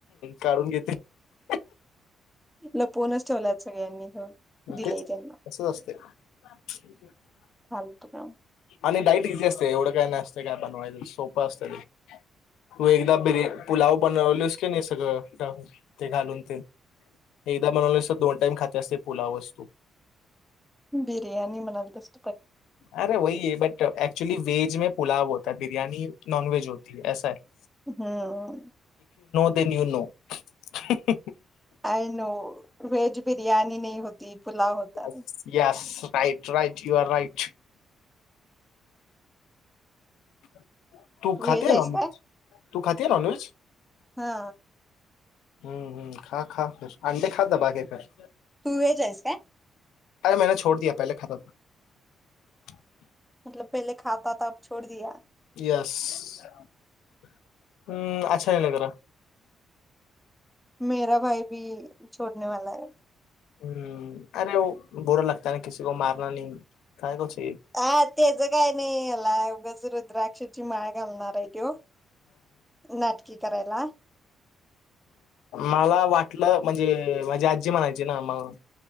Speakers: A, on the left (about 85°); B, in the centre.
A: काढून घेतील
B: लपूनच ठेवलाय सगळ्यांनी, हो. दिलंय
A: तेच
B: त्यांना
A: तसंच असतंय. <unintelligible>
B: फालतू काम
A: आणि डाईट इझी असते एवढं काय नाही असतंय काय बनवायचं. सोपं प असतंय लई. तु एकदा बिर पुलाव बनवलीस की नाही सगळं ते घालून तेन एकदा बनवलेस दोन टाइम खात्यास ते पुलाव असतो.
B: बिर्याणी म्हणाल तसं
A: <unintelligible> <unintelligible>
B: हम्म.
A: <unintelligible>
B: आय नो <unintelligible>
A: <unintelligible>
B: होता
A: <inaudible> तू
B: व्हेज
A: खाते
B: आहेस
A: नॉनव्हेज
B: काय
A: तू खाते नॉनव्हेज.
B: हा
A: हम्म खा खा अंडेे खा ता बागे कर.
B: तू व्हेज आहेस काय?
A: अरे मैने छोड द पहिले खातम <unintelligible>
B: मतलब पहिले खातात अ ोड द <unintelligible>
A: येस <unintelligible> हम्म अच्छा नाही लगरा
B: मेरा भाई भी छोडने वाला हे.
A: हम्म अरे बुरा लागता है ना किसी को मारना नाही काय क
B: हा त्याच काय नाही याला उगच रुद्राक्षाची माळ घालणार आहे त्यो नाटकी करायला
A: मला वाटल म्हणजे माझी आजी म्हणायची ना मग